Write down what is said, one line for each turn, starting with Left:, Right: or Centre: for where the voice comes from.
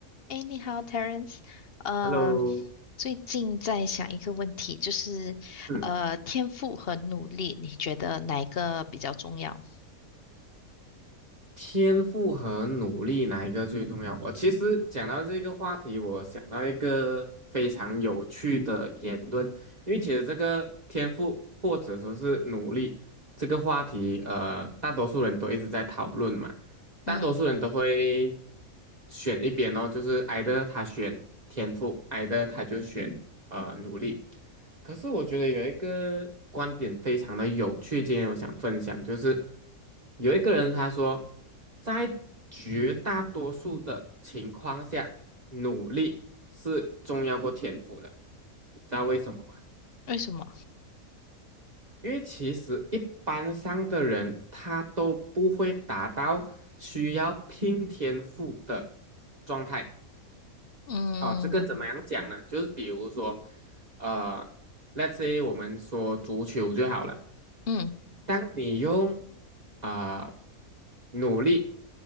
Left: 哎，你好，Terence。呃，
Right: Hello，
Left: 最近在想一个问题，就是呃，
Right: 嗯，
Left: 天赋和努力，你觉得哪一个比较重要？
Right: 天赋和努力哪一个最重要？我其实讲到这个话题，我想到一个非常有趣的言论，因为其实这个天赋或者说是努力这个话题，呃，大多数人都一直在讨论嘛，大多数人都会
Left: 嗯，
Right: 选一边哦，就是 either 他选天赋，either 他就选呃努力。可是我觉得有一个观点非常的有趣，今天我想分享，就是有一个人他说，在绝大多数的情况下，努力是重要过天赋的，知道为什么吗？
Left: 为什么？
Right: 因为其实一般上的人他都不会达到需要拼天赋的状态
Left: 嗯
Right: 哦。这个怎么样讲呢？就是比如说，呃，let's say 我们说足球就好了。
Left: 嗯
Right: 当你用啊、努力，